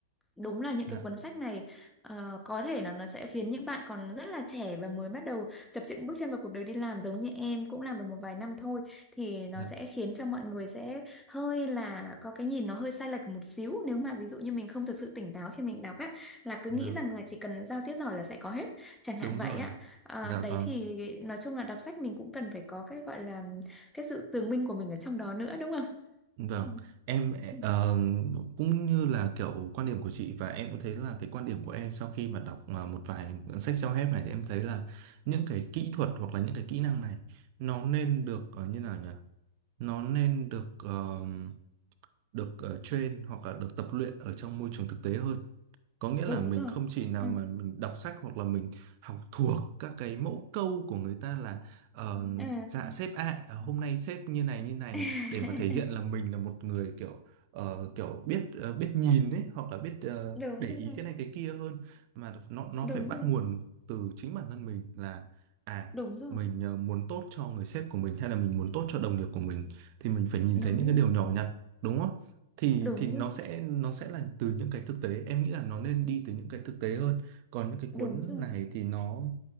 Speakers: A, in the centre; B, on the right.
A: đúng là những
B: dạ
A: cái cuốn sách này ờ, có thể là nó sẽ khiến những bạn còn rất là trẻ và mới bắt đầu chập chững bước chân vào cuộc đời đi làm giống như em cũng làm được một vài năm thôi thì nó
B: dạ,
A: sẽ khiến cho mọi người sẽ hơi là có cái nhìn nó hơi sai lệch một xíu nếu mà ví dụ như mình không thực sự tỉnh táo khi mình đọc á là cứ
B: vâng
A: nghĩ rằng là chỉ cần giao tiếp giỏi là sẽ có hết chẳng hạn
B: đúng
A: vậy
B: rồi
A: á Ờ,
B: dạ
A: đấy
B: vâng
A: thì nói chung là đọc sách mình cũng cần phải có cái gọi là cái sự tường minh của mình ở trong đó nữa đúng không?
B: Vâng,
A: Ừ.
B: em
A: Ừ.
B: ờ, cũng như là kiểu quan điểm của chị và em cũng thấy là cái quan điểm của em sau khi mà đọc mà một vài sách self-help này thì em thấy là những cái kỹ thuật hoặc là những cái kỹ năng này nó nên được ờ, như nào nhỉ? Nó nên được ờ, được ờ, train hoặc là được tập luyện ở trong môi trường thực tế hơn có nghĩa
A: Đúng
B: là mình
A: rồi.
B: không chỉ nào
A: Ừ.
B: mà mình đọc sách hoặc là mình học thuộc các cái mẫu câu của người ta là ờ,
A: Ừ.
B: dạ sếp ạ à, hôm nay sếp như này như này
A: <laughs>
B: để mà thể hiện là mình là một người kiểu ờ, kiểu biết ờ, biết nhìn ấy hoặc là biết ờ,
A: đúng
B: để
A: rồi
B: ý cái này cái kia hơn mà nó nó
A: đúng
B: phải bắt
A: rồi
B: nguồn từ chính bản thân mình là à
A: đúng rồi
B: mình ờ, muốn tốt cho người sếp của mình hay là mình muốn tốt cho đồng nghiệp của mình thì mình phải nhìn
A: đúng
B: thấy những cái
A: rồi
B: điều nhỏ nhặt đúng không? thì
A: đúng
B: thì nó
A: rồi
B: sẽ nó sẽ là từ những cái thực tế em nghĩ là nó nên đi từ những cái thực tế hơn còn những cái
A: đúng
B: cuốn
A: rồi
B: này thì nó